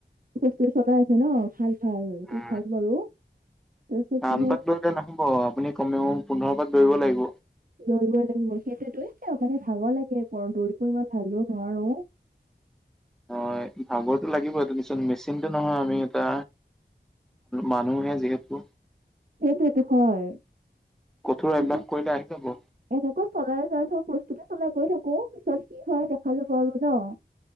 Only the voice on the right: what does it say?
বস্তু চলাই আছে ন ভাল ভাল এইটো
ভাল বাৰু তাৰপিছত
মানে
দৌৰিবই লাগিব সেইটোতে মানে ভাগৰ লাগে একো দৌৰিব ইমান ভালো নোৱাৰো <unintelligible> <inaudible>
সেইটোৱেটো হয়
তাৰপিছত
এনেকৈ চলাই যাই থাকো প্ৰস্তুতি চলাই গৈ থাকো পিছত কি হয় দেখা যাব আৰু ন